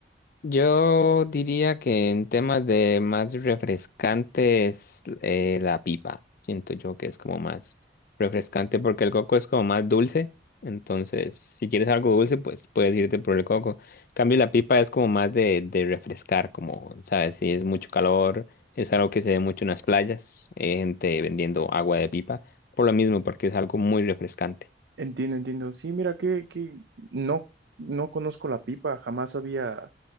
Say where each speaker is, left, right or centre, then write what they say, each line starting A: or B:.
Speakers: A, on the left; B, on the right.
A: Yo diría que en temas de más refrescantes, eh, la pipa. Siento yo que es como más refrescante porque el coco es como más dulce. Entonces, si quieres algo dulce, pues puedes irte por el coco. En cambio, la pipa es como más de, de refrescar, como, ¿sabes? Si es mucho calor, es algo que se ve mucho en las playas. Hay gente vendiendo agua de pipa por lo mismo, porque es algo muy refrescante.
B: Entiendo, entiendo. Sí, mira que, que no, no conozco la pipa, jamás había